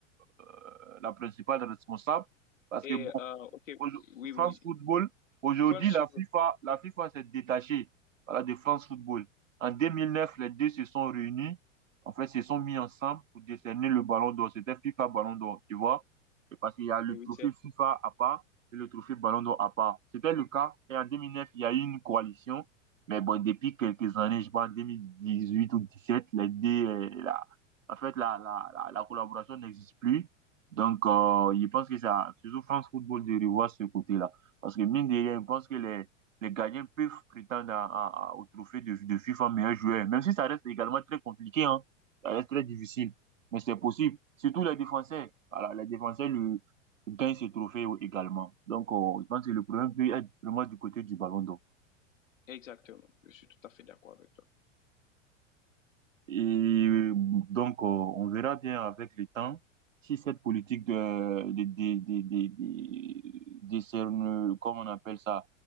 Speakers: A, on the right; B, on the left.
A: euh, la principale responsable parce
B: Et,
A: que bon,
B: euh, OK,
A: aujo-
B: oui, oui.
A: France Football, aujourd'hui,
B: Faut le soulever.
A: la FIFA, la FIFA s'est détachée, voilà, de France Football. En 2009, les deux se sont réunis, en fait, se sont mis ensemble pour décerner le ballon d'or. C'était FIFA Ballon d'or, tu vois? Et Parce qu'il y a le
B: Oui,
A: trophée
B: c'est-
A: FIFA à part et le trophée Ballon d'or à part. C'était le cas. Et en 2009, il y a eu une coalition. Mais bon, depuis quelques années, je pense en 2018 ou 2017, les deux, euh, la- en fait, la, la, la, la collaboration n'existe plus. Donc, euh, je pense que ça, surtout France Football, de revoir ce côté-là. Parce que mine de rien, je pense que les, les gardiens peuvent prétendre à, à- à- au trophée de, de FIFA meilleur joueur, même si ça reste également très compliqué, hein. Ça reste très difficile. Mais c'est possible. Surtout les défenseurs. Voilà, les défenseurs le, gagnent ce trophée également. Donc, euh, je pense que le problème peut être vraiment du côté du Ballon d'Or.
B: Exactement. Je suis tout à fait d'accord avec toi.
A: Et euh, donc, euh, on verra bien avec le temps si cette politique de, de, de, de, de, de- de cerne- comment on appelle ça,